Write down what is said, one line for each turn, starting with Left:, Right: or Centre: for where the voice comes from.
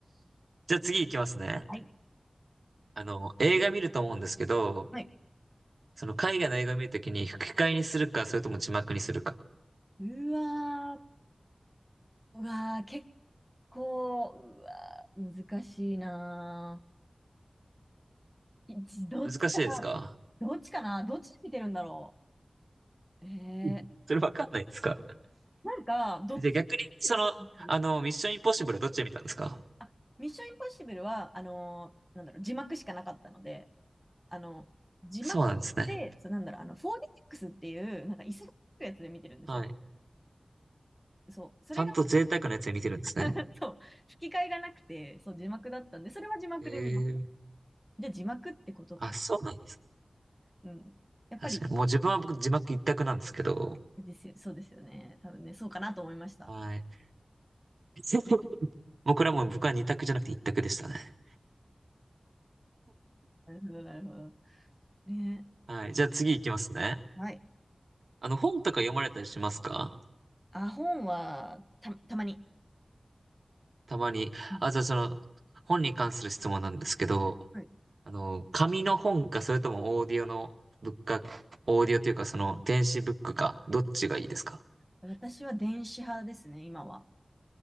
Right: じゃあ次行きますね。
Centre: はい。
Right: あの、映画見ると思うんですけど、
Centre: はい。
Right: その、海外の映画見るときに、吹き替えにするか、それとも字幕にするか。
Centre: うわー、うわー、結構、うわー、難しいなー。いどっちか、
Right: 難しいですか
Centre: どっちかなどっち見てるんだろう。え
Right: うんそれわかんないですか
Centre: ー、なんか、どっち
Right: で、逆に、その、
Centre: に見てる気がする。
Right: あの、ミッションインポッシブルはどっちで見たんですか
Centre: あ、ミッションインポッシブルは、あのーなんだろう、字幕しかなかったので、あの、字幕で、
Right: そうなんですね。
Centre: そう、なんだろう、あの、4DX っていう、なんか椅子がつくやつで見てるんですよ。
Right: はい。
Centre: そう、それが、
Right: ちゃんと贅沢なやつで見てるんですね。
Centre: <laughs> そう、吹き替えがなくて、そう、字幕だったんで、それは字幕で見ました。
Right: へえ
Centre: じゃあ字幕ってことかな。
Right: あ、そうなんですね。
Centre: うん。やっぱり、
Right: 確かに。もう自分は僕字幕一択なんですけど。
Centre: ですよ、そうですよね。多分ね、そうかなと思いました。
Right: はい。<laughs> もうこれはもう僕は二択じゃなくて一択でしたね。
Centre: なるほど、なるほど。ね。
Right: はい。じゃあ次行きますね。
Centre: はい。
Right: あの、本とか読まれたりしますか
Centre: あ、本はた、たまに。
Right: たまに。
Centre: うん
Right: あ、じゃあその、本に関する質問なんですけど、
Centre: はい。
Right: あの、紙の本か、それともオーディオのブックか、オーディオというかその電子ブックか、どっちがいいですか
Centre: 私は電子派ですね、今は。